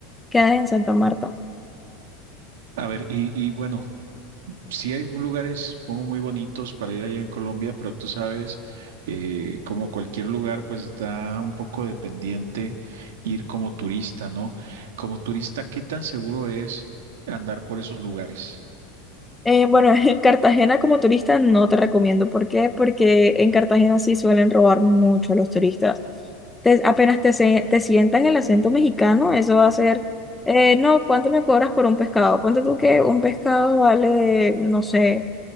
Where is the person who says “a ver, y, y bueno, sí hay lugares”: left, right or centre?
Right